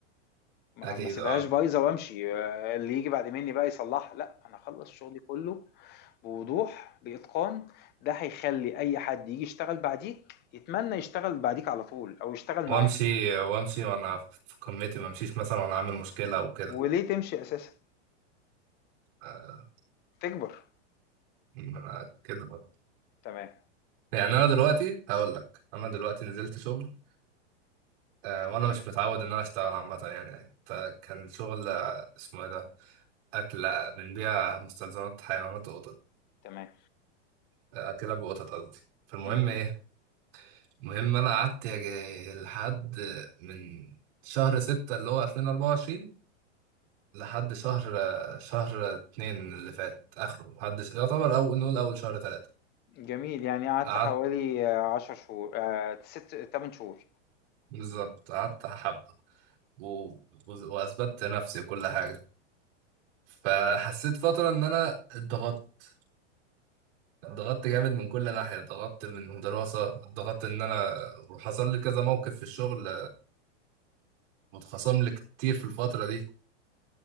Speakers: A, on the left (about 30°); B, on the right (about 50°).
A: ما
B: اكيد
A: ما سيبهاش
B: اه
A: بايظه وامشي آه، اللي يجي بعد مني بقى يصلحها لا انا اخلص شغلي كله بوضوح باتقان ده هيخلي اي حد يجي يشتغل بعديك يتمنى يشتغل بعديك على طول او يشتغل
B: وامشي
A: معاك
B: وامشي وانا في قمتي ما امشيش مثلا وانا عامل مشكله او كده
A: وليه تمشي اساسا
B: آه،
A: تكبر
B: انا كده برضه
A: تمام
B: يعني انا دلوقتي هقول لك انا دلوقتي نزلت شغل آه، وانا مش متعود ان انا اشتغل عامه يعني يعني ت- كان شغل آه، اسمه ايه ده اكل آه، بنبيع مستلزمات حيوانات وقطط
A: تمام
B: آه، كلاب وقطط قصدي فالمهم
A: مم.
B: ايه المهم انا قعدت يا جي- لحد من شهر ستة اللي هو 2024 لحد شهر شهر اتنين اللي فات اخره لحد ش- يعتبر اول نقول اول شهر تلاتة
A: جميل يعني قعدت
B: قعدت
A: حوالي آه، عشر شهور آه، ست تمن شهور
B: بالظبط قعدت حبة و... وز- واثبتت نفسي وكل حاجة فحسيت فترة ان انا اتضغطت اتضغطت جامد من كل ناحية اتضغطت من دراسة اتضغطت ان انا وحصل لي كذا موقف في الشغل متخصم لي كتير في الفترة دي